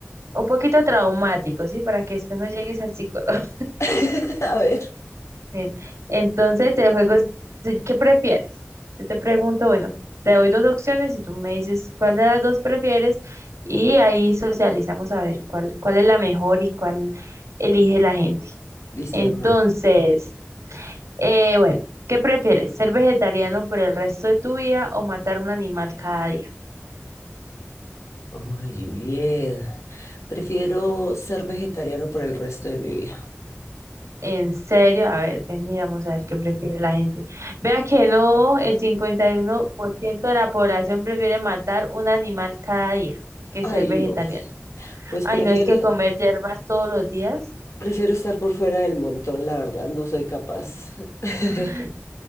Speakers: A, on the right (about 80°); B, on the left (about 80°).
A: un poquito traumático, ¿sí? Para que después no llegues al psicólogo.
B: <laughs> A ver,
A: Bien. Entonces, el juego es, ¿qué prefieres? Yo te pregunto, bueno, te doy dos opciones y tú me dices cuál de las dos prefieres y ahí socializamos a ver cuál, cuál es la mejor y cuál elige la gente.
B: listo
A: Entonces,
B: de una.
A: eh, bueno, ¿qué prefieres? ¿Ser vegetariano por el resto de tu vida o matar un animal cada día?
B: Ay, Juliet, prefiero ser vegetariano por el resto de mi vida.
A: En serio, a ver, pues miramos a ver qué prefiere la gente. Vea que no, el 51% de la población prefiere matar un animal cada día que
B: Ay,
A: ser vegetariano.
B: no, pues
A: Ay,
B: prefiero,
A: no es que comer hierbas todos los días.
B: prefiero estar por fuera del montón, la verdad, no soy capaz. <laughs>
A: <gasps> <laughs>